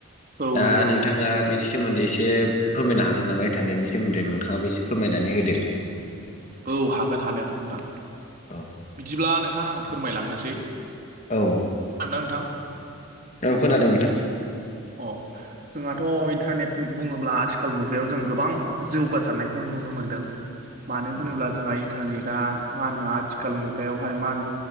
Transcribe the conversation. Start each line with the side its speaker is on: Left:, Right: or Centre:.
Right: औ
Left: दा
Right: नंगौ नंगौ
Left: नोंथाङा
Right: नोंथां
Left: बेनि सोमोन्दै एसे फोरमायनो हागोन नामा इन्टारनेटनि सोमोन्दै नोंथाङाबो एसे फोरमायनानै होदो।
Right: औ हागोन हानायाथ' नोंथां।
Left: औ
Right: बिदिब्ला नोंथाङा आं फोरमायलांनोसै।
Left: औ
Right: ना नोंथां?
Left: औ खोनादों नोंथां।
Right: अ जोंहाथ' इन्टारनेट बुङोब्ला आथिखाल मुगायाव जों गोबां जौगासारनायखौ नुनो मोनदों। मानो
Left: औ
Right: होनोब्ला जोंहा इन्टारनेटा मा होनो आथिखाल मुगायावहाय मा होनो